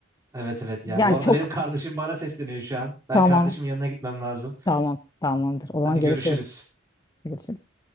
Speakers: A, on the right; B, on the left.
A: evet evet ya
B: Yani
A: bu arada
B: çok
A: benim kardeşim bana sesleniyor şu an. Ben
B: tamam
A: kardeşimin yanına gitmem lazım.
B: tamam tamamdır o zaman
A: Hadi görüşürüz.
B: görüşürüz. Görüşürüz.